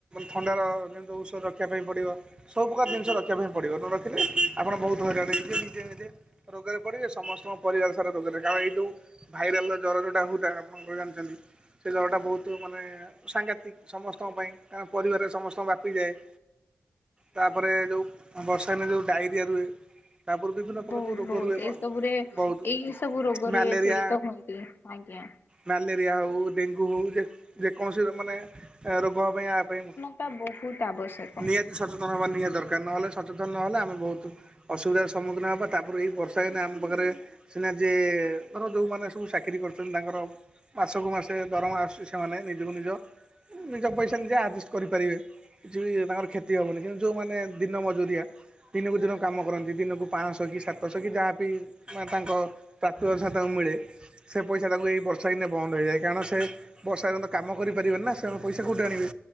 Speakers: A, on the right; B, on the left.
A: ଥଣ୍ଡାର ଯେମିତି ଔଷଧ ରଖିବା ପାଇଁ ପଡ଼ିବ ସବୁପ୍ରକାର ଜିନିଷ ରଖିବା ପାଇଁ ପଡ଼ିବ ନ ରଖିଲେ ଆପଣ ବହୁତ ହଇରାଣ ହେଇଯେ ନିଜେ ନିଜେ ରୋଗରେ ପଡିବେ ସମସ୍ତଙ୍କ ପରିବାର ସାରା ରୋଗରେ କାରଣ ଏଇ ଯୋଉ ଭାଇରାଲ ର ଜର ଯୋଉଟା ହୁଟା ଆପଣଙ୍କ ଜାଣିଛନ୍ତି। ସେ ଜରଟା ବହୁତ ମାନେ ସାଂଘାତିକ ସମସ୍ତଙ୍କ ପାଇଁ କାରଣ ପରିବାରରେ ସମସ୍ତଙ୍କ ବ୍ୟାପିଯାଏ। ତାପରେ ଯେଉଁ ବର୍ଷା ଦିନେ ଯୋଉ ଡାଇରିଆ ରୁହେ। ତାପରେ ବିଭିନ୍ନ ପ୍ରକାର
B: ବହୁତ
A: ଯୋଉ ରୋଗ
B: ବହୁତ
A: ରୁହେ
B: ଏଇ ସବୁରେ
A: ବହୁତ
B: ଏଇ ସବୁ ରୋଗରେ
A: ମ୍ୟାଲେରିଆ
B: ପୀଡିତ ହୁଅନ୍ତି ଆଜ୍ଞା।
A: ମ୍ୟାଲେରିଆ ହଉ ଡେଙ୍ଗୁ ହଉ ଯେ ଯେକୌଣସି ମାନେ ରୋଗ ପାଇଁ ଆ ପାଇଁ
B: ତା ବହୁତ ଆବଶ୍ୟକ।
A: ନିହାତି ସଚେତନ ହେବା ନିହାତି ଦରକାର ନହେଲେ ସଚେତନ ନହେଲେ ଆମେ ବହୁତୁ ଅସୁବିଧାର ସମ୍ମୁଖୀନ ହେବା ତାପରେ ଏଇ ବର୍ଷା ଦିନେ ଆମ ପାଖରେ ସିନା ଯେ ଧର ଯୋଉମାନୋ ସବୁ ଚାକିରରି କରୁଛନ୍ତି ତାଙ୍କର ମାସକୁ ମାସେ ଦରମା ଆସୁଛି ସେମାନେ ନିଜକୁ ନିଜ ନିଜ ପଇସା ନିଜେ ଆଡଜଷ୍ଟ କରିପାରିବେ କିଛି ବି ତାଙ୍କର ଖ୍ୟ ତି ହେବନି କିନ୍ତୁ ଯେଉଁମାନେ ଦିନ ମଜୁରିଆ ଦିନକୁ ଦିନ କାମ କରନ୍ତି ଦିନକୁ ପାଞ୍ଚଶହ କି ସାତଶହ କି ଯାହାବି ତାଙ୍କ ପ୍ରାପ୍ୟ ଅନୁସା ତାଙ୍କୁ ମିଳେ ସେ ପଇସା ତାକୁ ଏଇ ବର୍ଷା ଦିନେ ବନ୍ଦ ହୋଇଯାଏ କାରଣ ସେ ବର୍ଷା ଦିନେ କାମ କରିପାରିବେ ନା ସେମାନେ ପଇସା କେଉଁଠି ଆଣିବେ